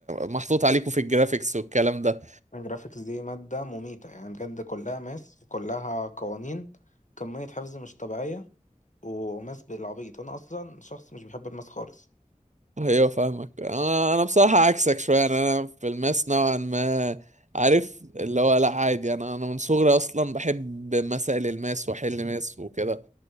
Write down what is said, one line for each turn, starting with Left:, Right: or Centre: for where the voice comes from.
Right: محطوط عليكم في الجرافيكس والكلام ده
Left: الجرافيكس دي ماده مميته يعني بجد كلها ماس كلها قوانين كميه حفظ مش طبيعيه وماس بالعبيط انا اصلا شخص مش بيحب الماس خالص
Right: ايوه فاهمك انا انا بصراحة عكسك شوية يعني انا في الماس نوعا ما عارف اللي هو لا عادي انا انا من صغري اصلا بحب مسائل الماس واحل ماس وكده